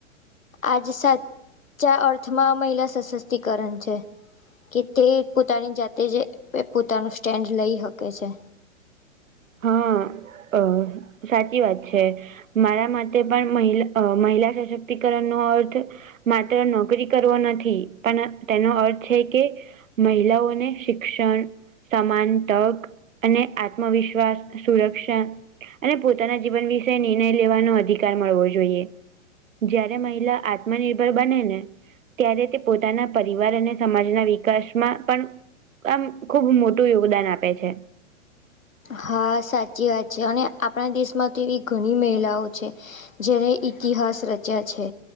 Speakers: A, on the left; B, on the right.
A: આજ સાચા અર્થમાં મહિલા સશક્તિકરણ છે. કે તે પોતાની જાતે જ પોતાનું સ્ટેન્ડ લઈ શકે છે
B: હ અ સાચી વાત છે. મારા માટે પણ મહિલા મહિલા સશક્તિકરણનો અર્થ માત્ર નોકરી કરવો નથી પણ તેનો અર્થ છે કે મહિલાઓને શિક્ષણ સમાન તક અને આત્મવિશ <unintelligible> સુરક્ષા અને પોતાના જીવન વિશે નિર્ણય લેવાનો અધિકાર મળવો જોઈએ. જયારે મહિલા આત્મનિર્ભર બને ને ત્યારે તે પોતાના પરિવાર અને સમાજના વિકાસમાં પણ આમ ખુબ મોટું યોગદાન આપે છે
A: હા સાચી વાત છે અને આપણા દેશમાં તો એવી ઘણી મહિલાઓ છે જેને ઇતિહાસ રચ્યા છે